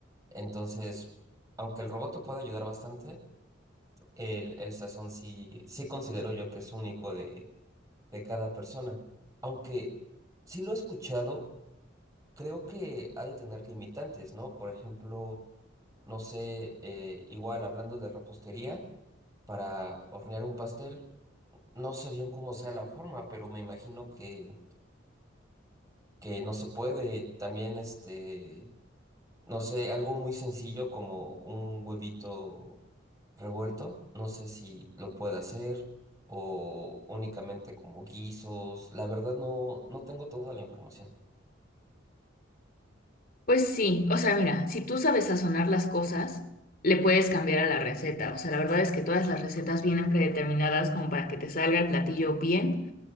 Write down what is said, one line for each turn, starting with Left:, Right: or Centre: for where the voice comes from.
Right: Entonces, aunque el robot te pueda ayudar bastante, el, el sazón sí, sí considero yo que es único de, de cada persona. Aunque sí lo he escuchado, creo que ha de tener limitantes, ¿no? Por ejemplo no sé, eh, igual hablando de repostería, para hornear un pastel, no sé bien cómo sea la forma, pero me imagino que, que no se puede. También, este, no sé, algo muy sencillo como un huevito revuelto, no sé si lo puede hacer o únicamente como guisos. La verdad no, no tengo toda la información.
Left: Pues sí, o sea, mira, si tú sabes sazonar las cosas, le puedes cambiar a la receta. O sea, la verdad es que todas las recetas vienen predeterminadas como para que te salga el platillo bien